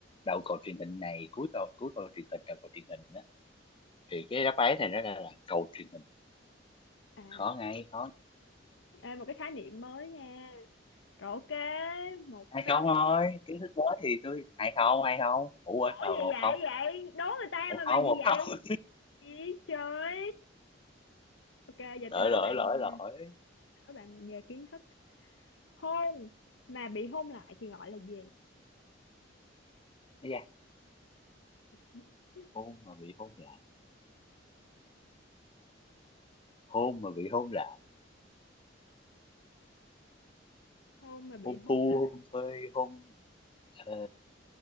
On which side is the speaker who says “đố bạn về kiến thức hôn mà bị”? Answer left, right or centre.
Left